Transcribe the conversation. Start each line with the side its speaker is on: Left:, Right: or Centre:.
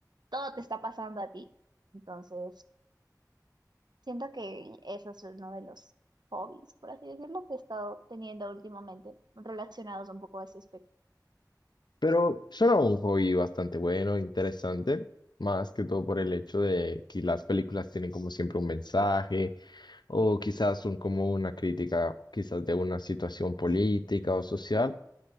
Right: todo te está pasando a ti. Entonces, siento que eso es uno de los hobbies, por así decirlo, que he estado teniendo últimamente relacionados un poco a ese aspecto.
Left: Pero suena un hobby bastante bueno, interesante, más que todo por el hecho de que las películas tienen como siempre un mensaje o quizás son como una crítica quizás de una situación política o social.